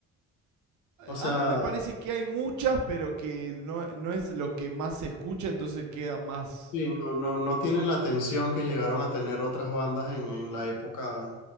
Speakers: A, on the left; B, on the right.
A: O sea,
B: A mí me parece que hay muchas, pero que no, no es lo que más se escucha, entonces queda más...
A: Sí, no, no, no tienen la atención que llegaron a tener otras bandas en, en la época